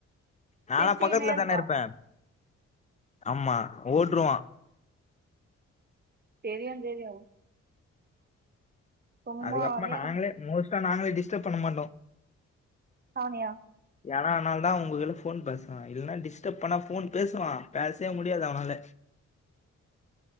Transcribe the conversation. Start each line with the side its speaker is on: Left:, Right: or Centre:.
Left: நாலா
Right: சிரிச்சுக்கினே
Left: பக்கத்துல
Right: இருப்பான்
Left: தான இருப்ப ஆமா ஓட்ருவா
Right: தெரியூ தெரியூ சும்மாவே
Left: அதுக்கப்பமா நாங்களே
Right: இருக்கும்
Left: மோஸ்ட்டா நாங்களே டிஸ்டப் பண்ண மாட்டோ
Right: அவனயா
Left: ஏன்னா ஆனால தா உங்ககிட்ட ஃபோன் பேசுவ இல்னா டிஸ்டர்ப் பண்ணா ஃபோன் பேசுவா பேசவே முடியாது அவனால